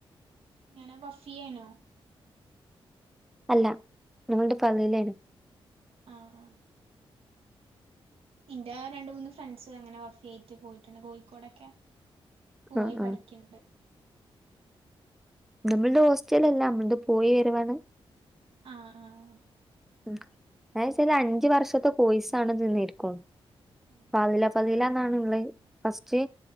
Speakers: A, on the right; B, in the centre.
A: ഇങ്ങനെ വഫിയേനോ
B: അല്ല ഞങ്ങളുടെ ഫാമിലി ആണ്
A: ആഹ് ആഹ് ഇൻ്റെ രണ്ട് മൂന്ന് ഫ്രണ്ട്സ് അങ്ങനെ വഫിയായിറ്റ് പോയിട്ടുണ്ട് കോയിക്കോടൊക്കെ പോയി
B: ആഹ് ആഹ്
A: പഠിക്ക്‌ണ്ട്
B: നമ്മൾടെ ഹോസ്റ്റലല്ല അമ്മൾത് പോയി വരവാണ്
A: ആഹ് ആഹ്
B: ഉം അയ് ശെരി അഞ്ചു വർഷത്തെ കോയിസാണ്ത് ന്നിരിക്കും
A: ഉം
B: ഫാളീല ഫളീല എന്നാണ്ള്ളെ ഫസ്റ്റ്